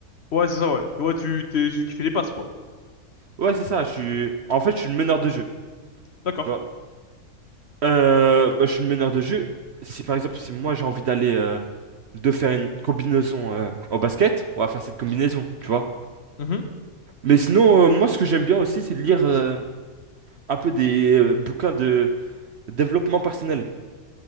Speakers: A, on the left; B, on the right.
A: ouais, c'est ça, ouais. Ouais, tu t'es celui qui fait les passes, quoi.
B: Ouais, c'est ça, je suis en fait je suis le meneur de jeu,
A: D'accord.
B: tu vois. Euh, bah, je suis le meneur de jeu. Si par exemple si moi j'ai envie d'aller euh, de faire une combinaison euh, au basket, on va faire cette combinaison, tu vois.
A: Mhm.
B: Mais sinon euh, moi ce que j'aime bien aussi c'est de lire euh, un peu des euh, bouquins de développement personnel.